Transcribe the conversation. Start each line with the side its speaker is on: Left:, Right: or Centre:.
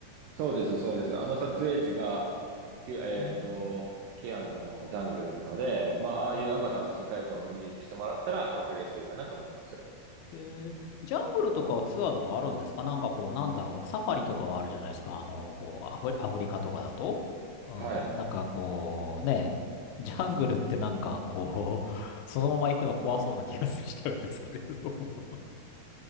Right: そうです、そうです。あの撮影地が、きゅえっと、
Left: <laughs> うん。
Right: ケアンズのジャングルなので、まあ、ああいうアバターの世界観をイメージしてもらったらわかりやすいかなと思います。
Left: うんうんえージャングルとかツアーとかあるんですかなんかこう、なんだろう、サファリとかはあるじゃないですか。あの、こう、アフリ、アフリカとかだと。うん、
Right: はい。
Left: なんかこう、ね、ジャングルってなんかこう、そのまま行くの怖そうな気がしちゃうんですけれども。